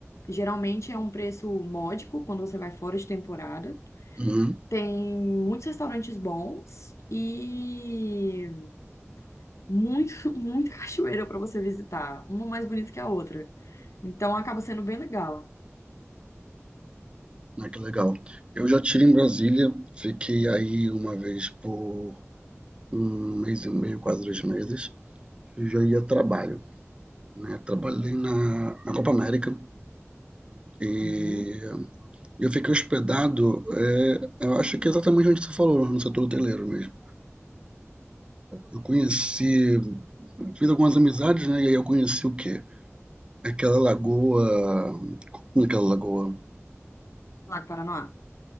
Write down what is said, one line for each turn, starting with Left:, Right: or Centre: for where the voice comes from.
Left: geralmente é um preço módico quando você vai fora de temporada.
Right: Uhum.
Left: Tem muitos restaurantes bons e muito, <laughs> muita cachoeira para você visitar, uma mais bonita que a outra. Então acaba sendo bem legal.
Right: Ah, que legal. Eu já tive em Brasília, fiquei aí uma vez por um mês e meio, quase dois meses, e já ia a trabalho, né? Trabalhei na, na Copa América e
Left: Uhum.
Right: eu fiquei hospedado, é eu acho que é exatamente onde você falou, no setor hoteleiro mesmo. Eu conheci, fiz algumas amizades, né? E aí eu conheci o quê? Aquela lagoa. Como é aquela lagoa?
Left: Lago Paranoá.